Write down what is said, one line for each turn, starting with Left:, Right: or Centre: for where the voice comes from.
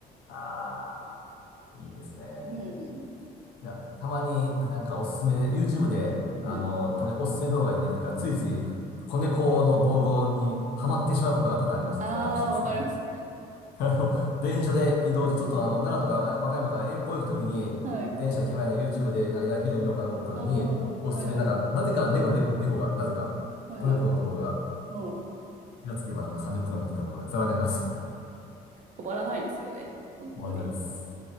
Left: あー、いいですね。
Right: うん。
Left: いや、たまになんかおすすめで、YouTube で、
Right: うん。
Left: あの、たまにおすすめ動画が出てきてから、ついつい子猫の動画にハマってしまうことが多々ありましてですね、
Right: ああ、
Left: 私ですね。
Right: わかります。
Left: <laughs> あの、電車で移動中、ちょっとあの、奈良とか和歌山とか遠方行くときに、
Right: <laughs> はい。
Left: 電車暇やな YouTube でなんか野球でも見ようかと思ったときに、
Right: ああ、
Left: おすすめなんか、
Right: はいはい。
Left: なぜか猫出てくるんです、猫が。なぜか。
Right: はいはい。
Left: 子猫の動画が。
Right: うん。
Left: 気がつけばなんか30分間見てたことがざらになります。
Right: 止まらないですよね。
Left: <laughs>
Right: 本当に。
Left: 思わないです。